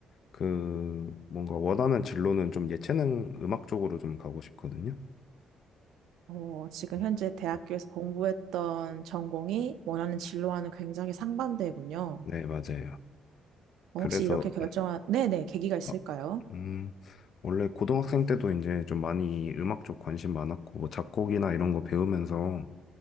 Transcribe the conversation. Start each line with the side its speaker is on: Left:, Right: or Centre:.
Left: 그 뭔가 원하는 진로는 좀 예체능 음악 쪽으로 좀 가고 싶거든요.
Right: 어, 지금
Left: 음,
Right: 현재 대학교에서
Left: 음.
Right: 공부했던 전공이 원하는 진로와는 굉장히 상반되군요.
Left: 네, 맞아요.
Right: 어,
Left: 그래서
Right: 혹시 이렇게 결정한,
Left: 네.
Right: 네네, 계기가 있을까요?
Left: 어, 음, 원래 고등학생 때도 이제 좀 많이 음악 쪽 관심 많았고, 뭐 작곡이나 이런 거 배우면서